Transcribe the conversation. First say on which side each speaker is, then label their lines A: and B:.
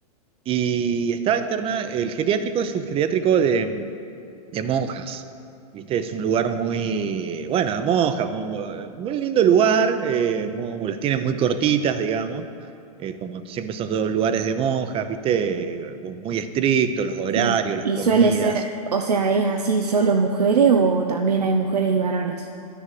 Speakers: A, on the right (about 30°); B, on the right (about 85°).
A: Y estaba internada, el geriátrico es un geriátrico de de monjas. ¿Viste? Es un lugar muy, bueno, de monjas, muy, muy lindo lugar, eh, mu- las tienen muy cortitas, digamos, eh, como siempre son todos lugares de monjas, ¿viste? Eh, como Muy estrictos, los horarios,
B: Sí.
A: las
B: Y
A: comidas,
B: suele ser, o sea, ¿es así solo mujeres o también hay mujeres y varones?